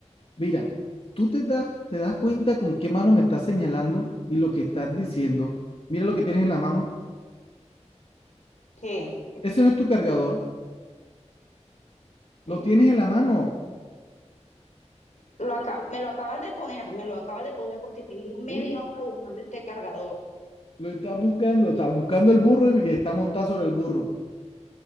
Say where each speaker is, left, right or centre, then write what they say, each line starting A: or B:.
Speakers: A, on the left; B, on the left.
A: Mira, tú te das, te das cuenta con qué mano me estás señalando y lo que estás diciendo. Mira lo que tienes en la mano.
B: ¿Qué?
A: Ese no es tu cargador.
B: ¿Qué?
A: Lo tienes en la mano.
B: Lo acá, me lo acabas de poner, me lo acabas de poner porque tengo media
A: Uy,
B: hora buscando este cargador.
A: lo estás buscando. Estás buscando el burro y está montado sobre el burro.